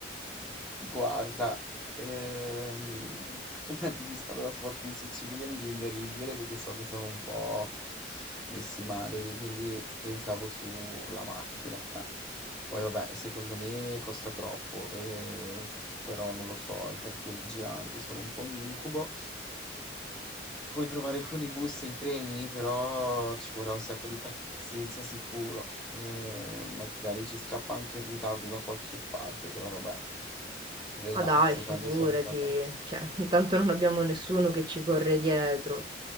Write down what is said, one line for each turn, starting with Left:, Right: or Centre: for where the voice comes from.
Centre: Guarda, ehm, <laughs> mezzi di trasporto in Sicilia mi viene da ridere perché so che sono un po' messi male lì, quindi pensavo sulla macchina. Poi vabbè, secondo me costa troppo, eh, però non lo so, i parcheggi anche sono un po' un incubo. Vuoi provare con i bus e i treni, però ci vorrà un sacco di pazienza sicuro. E magari ci scappa anche in ritardo da qualche parte, però vabbè, relax,
Right: Ah dai, figurati,
Centre: tanto siamo in vacanza.
Right: cioè, <laughs> tanto non abbiamo nessuno che ci corre dietro.